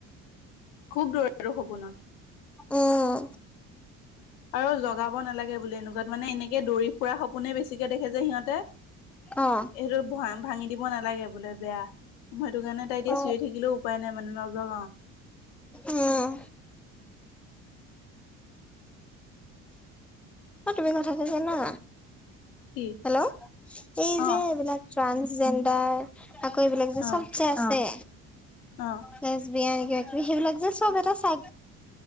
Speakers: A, on the left; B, in the centre.
A: খুব দৰ ৰো সপোনত
B: উম
A: আৰু জগাব নালাগে বুলি এনেকুৱাত মানে এনেকে দৌৰি ফুৰা সপোনে বেছিকে দেখে যে সিহঁতে
B: অ
A: এইটো ভ ভাঙি দিব নালাগে বোলে বেয়া মইটো কাৰণে তাই এতিয়া
B: অ
A: চুঞে থাকিলেও উপায় নাই মানে নজ অ
B: আহ তুি কথা না
A: কি
B: হেল্ল' এই যে
A: অ
B: এইবিলাক ট্ৰানসজেণ্ডাৰ আকৌ এইবিলাক যে
A: অ
B: চব যেে আছে
A: অ
B: লেছ বিয়ান সেইবিলাক যে চব এটা চাই